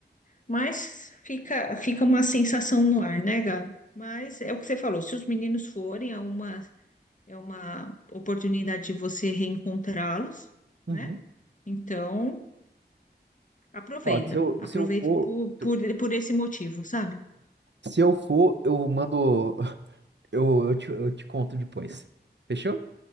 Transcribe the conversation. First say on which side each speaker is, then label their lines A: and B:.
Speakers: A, on the left; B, on the right.
A: Mas fica, fica uma sensação no ar, né, Gabi? Mas é o que você falou, se os meninos forem, é uma, é uma oportunidade de você reencontrá-los,
B: Uhum.
A: né? Então, aproveita,
B: Ó, se eu, se
A: aproveita
B: eu for.
A: por,
B: Se
A: por,
B: eu
A: por esse motivo, sabe?
B: ah, se eu for, eu mando. <laughs> Eu, eu te, eu te conto depois. Fechou?